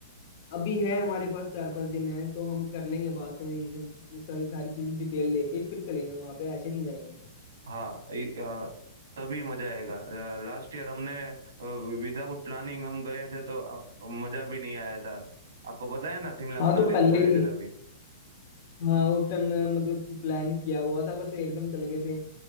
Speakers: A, on the left; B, on the right.
A: अभी है हमारे पास चार पांच दिन है तो हम कर लेंगे बात और ये सारी सारी चीज डिटेल लेके फिर चलेंगे वहां पे ऐसे नहीं जाएंगे
B: हाँ इ- अ, तभी मजा आएगा लास्ट ईयर हमने विदाउट प्लानिंग हम गए थे तो अ, मजा भी नहीं आया था आपको पता है ना शिमला
A: हाँ
B: मनाली
A: तो पहले
B: हम गए
A: ही
B: थे तभी
A: हाँ उस टाइम मतलब प्लान किया हुआ था बस एकदम चले गए थे